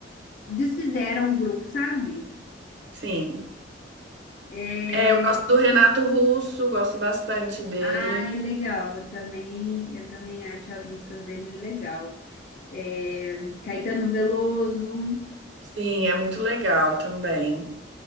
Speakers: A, on the left; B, on the right.
A: desfizeram o grupo, sabe?
B: sim.
A: É...
B: É, eu gosto do Renato Russo, gosto bastante dele.
A: Ai, legal. Eu também, eu também acho as músicas dele legal. É, Caetano Veloso.
B: Sim, é muito legal também.